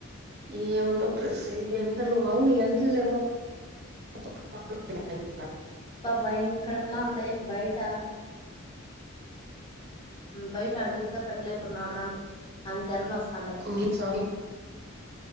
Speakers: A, on the right; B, on the left.
A: ఏ ఉందొ ప్రస్సీ ఎండలో అవును ఎండల్ లేవా <unintelligible>
B: బ్బా భయంకరంగా ఉండాయ్ బయట బయట అడుగు కూడా పెట్టలేకుండా ఉన్నాం అంత ఎన్నలో వస్త
A: ఇంగ ఏమి స్వామి